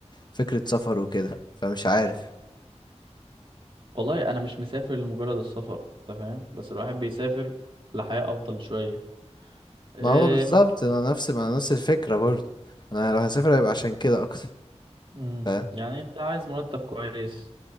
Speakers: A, on the left; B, on the right.
A: كفكرة سفر وكده فمش عارف
B: والله انا مش مسافر لمجرد السفر انت فاهم بس الواحد بيسافر لحياه افضل شويه آه،
A: ما هو بالظبط انا نفس ما أنا نفس الفكرة برضه انا لو هسافر هيبقى عشان كده اكتر
B: مم،
A: فاهم
B: يعني انت عايز مرتب كويس